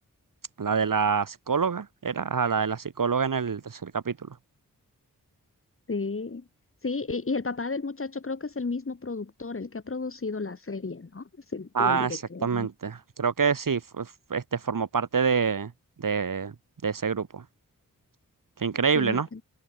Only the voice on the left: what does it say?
Sí, sí, y, y el papá del muchacho creo que es el mismo productor, el que ha producido la serie, ¿no? Es el-
o el director.
Sí, me,